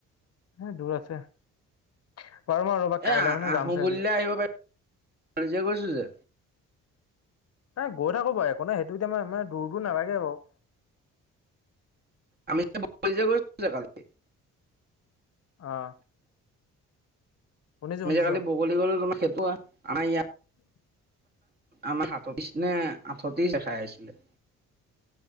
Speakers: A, on the left (about 55°); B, on the right (about 30°).
A: হ দূৰ আছে। চাম বাৰু ৰবা
B: এ
A: কাইলৈ মানে
B: আহো
A: যাম চাগে।
B: বুলিলে আহিব পাৰি আমি যে কৰিছো যে।
A: এ গৈ থাকো বাৰু একো নাই সেইটো এতিয়া মই মা দূৰ দূৰ নালাগে বাৰু।
B: আমি কৰিছো যে কালি
A: অ শুনিছো
B: তুমি
A: শুনিছো
B: যে কালি বগলী গলো তোমাৰ খেইতোৱ আনা ইয়াত
A: উম
B: আমাৰ সাততিছ নে আঠতিছ দেখাই আছিলে